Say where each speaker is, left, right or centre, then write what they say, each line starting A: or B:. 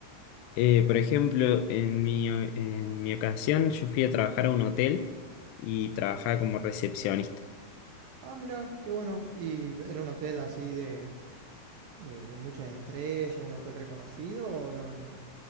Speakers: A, on the left; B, on the right.
A: Eh, por ejemplo, en mi, en mi ocasión yo fui a trabajar a un hotel y trabajaba como recepcionista.
B: Ah, mira, qué bueno. ¿Y era un hotel así de, de, de muchas estrellas, un hotel reconocido o no?